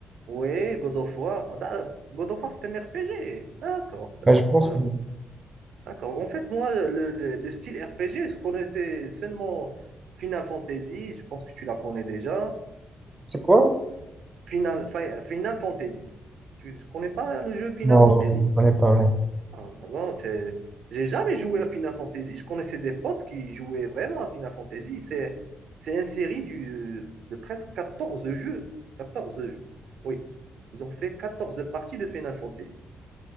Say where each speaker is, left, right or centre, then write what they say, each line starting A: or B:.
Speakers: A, on the right; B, on the right.
A: Oui, God of War. Da- God of War, c'est un RPG. D'accord, d'accord,
B: Bah, je pense
A: ouais,
B: que
A: d'accord. En fait, moi, le, le- le style RPG, je connaissais seulement Final Fantasy. Je pense que tu la connais déjà.
B: c'est quoi?
A: Final, fin Final Fantasy. Tu ne connais pas le jeu Final
B: Non,
A: Fantasy?
B: non, je ne connais pas, non.
A: Ah, bah, bon, c'est... J'ai jamais joué à Final Fantasy. Je connaissais des potes qui jouaient vraiment à Final Fantasy. C'est, c'est une série du, de presque 14 jeux. quatorze jeux. Oui. Ils ont fait 14 parties de Final Fantasy.